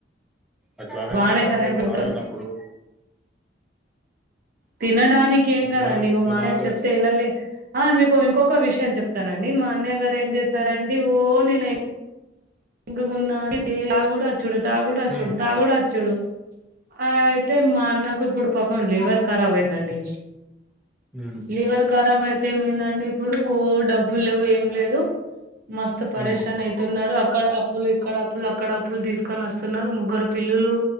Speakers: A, in the centre; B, on the right.
A: అట్లానే
B: బానేష్
A: తాగాలి
B: అనేటోడు
A: తాగినఅప్పుడు
B: తినడానికి ఏమ్
A: అట్లానే
B: గాద అండి ఇగో
A: తినాలే
B: మాయ చెప్ తే ఇనలే ఆ మీకు ఇంకొక విషయం చెప్తాన అండి మా అన్నయ్య గారు ఏం చేస్తార అండి ఓ నేనే ఇంక కొన్నాడికి తా గూడు వచ్చోడు తా గుడు వచ్చోడు
A: హ్మ్
B: తా గూడు వచ్చోడు ఆ అయితే మా అన్నకు ఇప్పుడు పాపం లివర్ కరాబ్ అయింద అండి
A: అ
B: లివర్ కరాబ్ అయితే ఏమైంద అండి ఇప్పుడు ఓ డబ్బు లేవు ఏం లేదు మస్తు పరషాన్
A: హ్మ్ హ్మ్
B: అయితు ఉన్నారు అ అక్కడ అప్పులు ఇక్కడ అప్పులు అక్కడ అప్పులు తీసుకొని వస్తున్నారు ముగ్గురు పిల్లులు